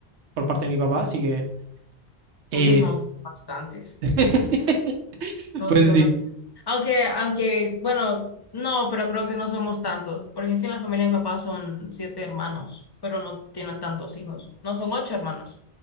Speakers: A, on the right; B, on the left.
A: por parte de mi papá, así que... eh,
B: puchas no, son bastantes.
A: <laughs>
B: No,
A: Pues
B: sí son
A: sí,
B: bastantes. Aunque, aunque, bueno, no, pero creo que no somos tantos, porque es que en la familia de mi papá son siete hermanos, pero no tienen tantos hijos. No, son ocho hermanos.